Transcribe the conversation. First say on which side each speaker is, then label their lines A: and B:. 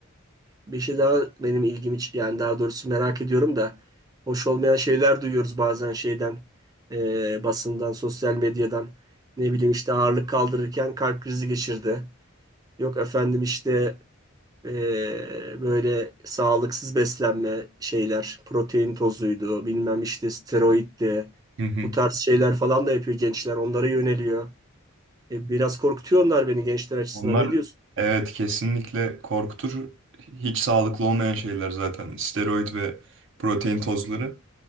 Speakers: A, on the right; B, on the right.
A: bir şey daha benim ilgimi ç- yani daha doğrusu merak ediyorum da hoş olmayan şeyler duyuyoruz bazen şeyden e, basından, sosyal medyadan. Ne bileyim işte ağırlık kaldırırken kalp krizi geçirdi. Yok efendim işte eee, böyle sağlıksız beslenme şeyler, protein tozuydu, bilmem işte steroiddi.
B: Hı hı.
A: Bu tarz şeyler falan da yapıyor gençler, onlara yöneliyor. E, biraz korkutuyor onlar beni gençler açısından.
B: Onlar
A: Ne diyorsun?
B: evet kesinlikle korkutur. Hiç sağlıklı olmayan şeyler zaten. Steroid ve protein tozları.